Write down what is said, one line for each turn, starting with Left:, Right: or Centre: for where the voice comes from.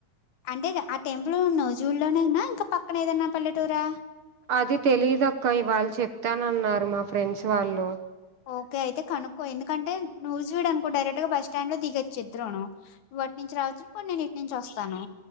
Left: అంటే ఆ టెంపుల్ ఉ నోవు జూల్లోనేనా ఇంకా పక్కన ఏదన్నా పల్లెటూరా
Right: అది తెలియదక్క ఇవాళ చెప్తానన్నారు మా ఫ్రెండ్స్ వాళ్ళు
Left: ఓకే అయితే కనుక్కో ఎందుకంటే నూజివీడు అనుకో డైరెక్ట్ గా బస్టాండ్ లో దిగొచ్చు ఇద్రను వాటిని నుంచి రావచ్చు పోన్నిను ఇటు నుంచి వస్తాను